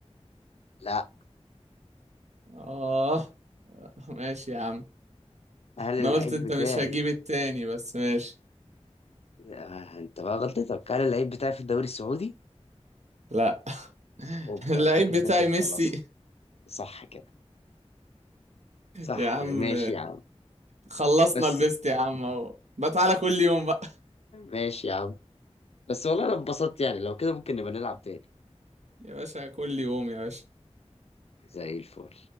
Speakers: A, on the left; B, on the right.
A: لا
B: اه ماشي يا عم
A: هل اللعيب
B: انا قلت انت
A: بتاعي
B: مش هجيب التاني بس ماشي
A: آه، انت بقى غلطتك هل اللعيب بتاعي في الدوري السعودي
B: لا <laughs>
A: اوبا
B: اللعيب
A: شكلك
B: بتاعي
A: انت هتخلصها
B: ميسي
A: صح كده. صح
B: يا عم
A: يعني ماشي يا عم
B: خلصنا
A: بس
B: البيست يا عم اهو بقى تعالى كل يوم بقى
A: ماشي يا عم بس والله انا اتبسطت يعني لو كده ممكن نبقى نلعب تاني
B: يا باشا كل يوم يا باشا
A: زي الفل